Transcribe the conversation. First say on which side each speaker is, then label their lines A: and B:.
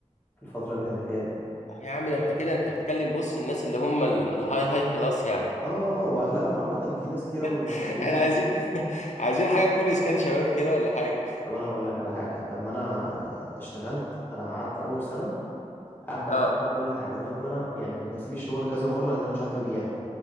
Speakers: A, on the left; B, on the left.
A: في الفترة اللي احنا فيها دي
B: يا عم ده انت كده انت بتكلم بص الناس اللي هم ال- الهاي هاي كلاس يعني
A: اه اه آه، واغلبهم عامة في ناس كتير قوي مش
B: <laughs>
A: مصريين
B: احنا عايزين <laughs> عايزين حاجه تكون اسكان شباب كده ولا حاجه
A: طب انا هقول لك على حاجة لما انا اشتغلت انا قعدت اول سنة قاعد بقى
B: اه
A: بعمل كل حاجة لدرجة ان انا يعني كنت اسيب الشغل كذا مرة لان انا مش عارف ابيع